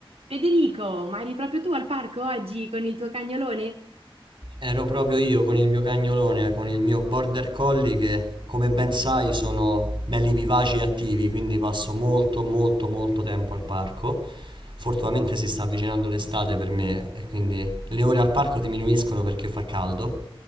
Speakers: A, on the right; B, on the right.
A: Federico, ma eri proprio tu al parco oggi con il tuo cagnolone?
B: Ero proprio io con il mio cagnolone, con il mio border collie che, come ben sai, sono belli vivaci e attivi, quindi passo molto, molto, molto tempo al parco. Fortunatamente si sta avvicinando l'estate per me e quindi le ore al parco diminuiscono perché fa caldo